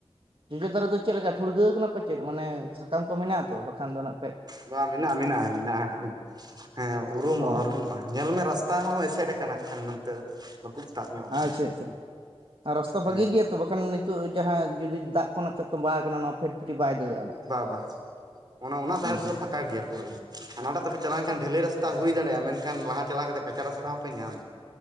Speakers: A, on the right; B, on the right.
A: ᱡᱚᱡᱚ ᱫᱟᱨᱮ ᱫᱚ ᱪᱮᱫ ᱞᱮᱠᱟ ᱴᱷᱩᱲᱜᱟᱹᱣ ᱠᱟᱱᱟ ᱯᱟᱪᱮᱫ ᱢᱟᱱᱮ ᱥᱟᱠᱟᱢ ᱠᱚ ᱢᱮᱱᱟᱜ ᱟᱛᱚ ᱵᱟᱠᱷᱟᱱ ᱫᱚ ᱱᱥᱜᱠᱷᱟᱡ
B: ᱵᱟᱝ ᱢᱮᱱᱟᱜᱼᱟ ᱢᱮᱱᱟᱜᱼᱟ ᱢᱮᱱᱟᱜᱼᱟ, ᱦᱮᱸ ᱩᱨᱩᱢᱚᱜᱼᱟ
A: ᱚ
B: ᱩᱨᱩᱢᱚᱜᱼᱟ᱾ ᱧᱮᱞ ᱢᱮ ᱨᱟᱥᱛᱟ ᱦᱚᱸ ᱮᱥᱮᱫ ᱟᱠᱟᱱᱟ ᱦᱟᱜᱠᱷᱟᱱ ᱱᱚᱛᱮ᱾ ᱛᱟᱵ ᱧᱚᱜ ᱟᱠᱟᱱᱟ
A: ᱟᱪᱪᱷᱟ ᱟᱪᱪᱷᱟ ᱟᱨ ᱨᱟᱥᱛᱟ
B: ᱦᱮᱸ
A: ᱵᱷᱟᱹᱜᱤ ᱜᱮᱭᱟ ᱛᱚ ᱵᱟᱠᱷᱟᱱ ᱱᱤᱛᱚᱜ ᱡᱟᱦᱟᱸ ᱡᱩᱫᱤ ᱫᱟᱜ ᱠᱚ ᱱᱟᱜᱠᱷᱟᱡ ᱛᱚᱸᱵᱟᱣ ᱠᱟᱱᱟ ᱱᱚᱣᱟ ᱯᱷᱴᱯᱷᱮᱴᱤ ᱵᱟᱭ ᱫᱟᱹᱲᱟᱜ-ᱟ ᱱᱟᱜ᱾ ᱠᱷᱟᱡ
B: ᱵᱟ ᱵᱟ, ᱚᱱᱟ ᱚᱱᱟ ᱫᱷᱟᱨᱮ
A: ᱦᱮᱸ
B: ᱛᱮᱫᱚ
A: ᱦᱮᱸ
B: ᱯᱷᱟᱸᱠᱟ ᱜᱮᱭᱟ ᱯᱩᱨᱟᱹ᱾ ᱟᱨ ᱦᱟᱱᱟᱴᱟᱜ ᱛᱮᱯᱮ ᱪᱟᱞᱟᱣ ᱞᱮᱱᱠᱷᱟᱱ ᱰᱷᱟᱹᱞᱟᱹᱭ ᱨᱟᱥᱛᱟ ᱦᱩᱭ ᱫᱟᱲᱮᱭᱟᱜᱼᱟ ᱢᱮᱱᱠᱷᱟᱱ ᱞᱟᱦᱟ ᱪᱟᱞᱟᱣ ᱠᱟᱛᱮᱜ ᱠᱟᱪᱟ ᱨᱟᱥᱛᱟ ᱦᱚᱸᱯᱮ ᱧᱟᱢᱟ᱾